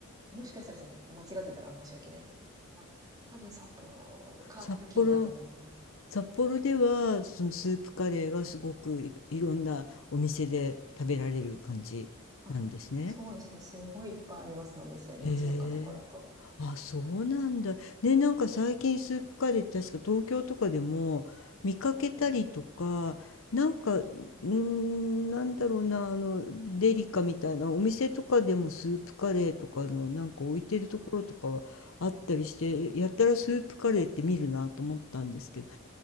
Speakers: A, on the right; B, on the left.
A: もしかしたらそれ、間違ってたら申し訳ない。あ、多分札幌か付近だと思います。
B: 札幌、札幌ではそのスープカレーがすごくい、いろんなお店で食べられる感じなんですね。
A: あ、そうですね。すごいいっぱいあります、お店。街中とかだと。
B: へえ。あ、そうなんだ。
A: うん、は
B: ね、なんか最近スープカレーって確か東京とかでも見かけたりとか、
A: い、はい、
B: なんか、うーん、
A: うん。
B: なんだろうな、あの、デリカみたいなお店とかでもスープカレーとかのなんか置いてるところとかはあったりして、
A: あ
B: やったらスープカレーって見るなと思ったんですけど、